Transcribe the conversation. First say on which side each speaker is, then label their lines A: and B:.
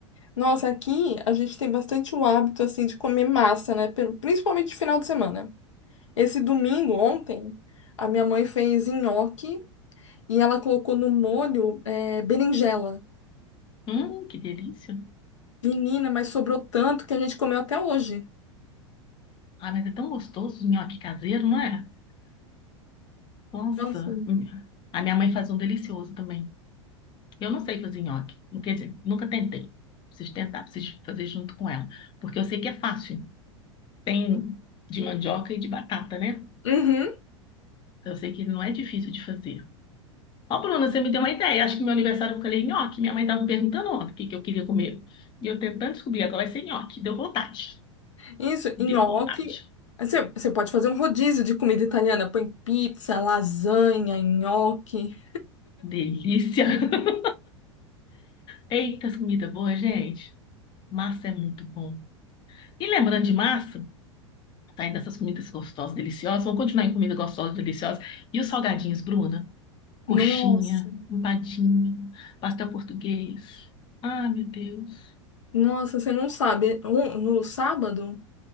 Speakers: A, on the left; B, on the left.
A: nossa, aqui a gente tem bastante o hábito assim de comer massa, né? Pelo- Principalmente de final de semana. Esse domingo, ontem, a minha mãe fez nhoque e ela colocou no molho eh, berinjela.
B: Hum, que delícia.
A: Menina, mas sobrou tanto que a gente comeu até hoje.
B: Ah, mas é tão gostoso o nhoque caseiro, não é? <gasps> Nossa.
A: Nossa.
B: Hum. A minha mãe faz um delicioso também. Eu não sei fazer nhoque. Quer dizer, nunca tentei. Preciso tentar, preciso fazer junto com ela. Porque eu sei que é fácil. Tem de mandioca e de batata, né?
A: Uhum.
B: Eu sei que não é difícil de fazer. Ó, Bruna, você me deu uma ideia. Acho que meu aniversário eu falei nhoque. Minha mãe estava me perguntando ontem o que que eu queria comer. E eu tentando descobrir, agora vai ser nhoque. Deu vontade.
A: Isso,
B: Deu
A: nhoque.
B: vontade.
A: Você, você pode fazer um rodízio de comida italiana. Põe pizza, lasanha, nhoque.
B: Delícia. <laughs> Eita, as comidas boas, gente. Massa é muito bom. E lembrando de massa, saindo dessas comidas gostosas, deliciosas, vamos continuar em comida gostosa, deliciosa. E os salgadinhos, Bruna? Coxinha,
A: Nossa,
B: empadinho, pastel português. Ah, meu Deus.
A: nossa, você não sabe. Um- No sábado,